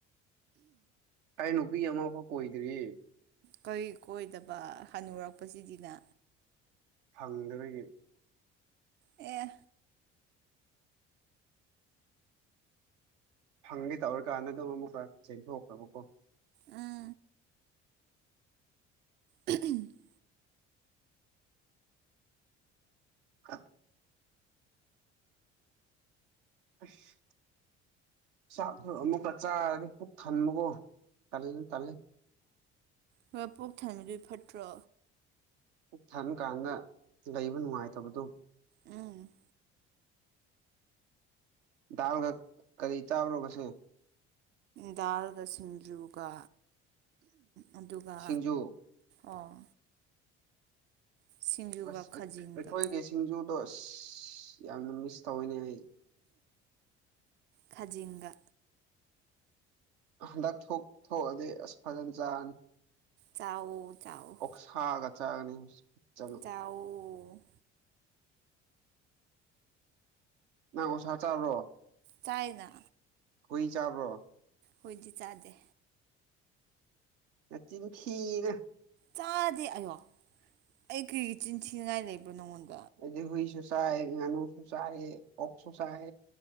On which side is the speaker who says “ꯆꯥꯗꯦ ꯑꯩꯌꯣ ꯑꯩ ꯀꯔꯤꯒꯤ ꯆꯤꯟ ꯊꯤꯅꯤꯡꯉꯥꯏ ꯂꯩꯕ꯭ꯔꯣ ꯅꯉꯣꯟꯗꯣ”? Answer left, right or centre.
Right